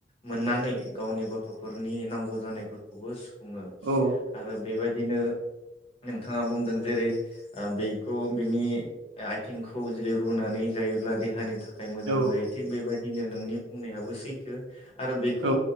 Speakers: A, on the left (about 30°); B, on the right (about 90°).
A: मोननानै गावनि गथ'फोरनि नांगौ जानायफोरखौबो सुफुंओ। बुङो
B: औ
A: आरो बेबायदि बिदिनो नोंथाङा बुंदों जेरै बेखौ बिनि आथिंखौ जेरै रुनानै जायो अब्ला देहानि थाखाय थाखाय मोजां
B: औ
A: जायो थिग बेबायाददि बिदिननो नोंनि बुंनायाबो सैथो आरो बेखौ
B: औ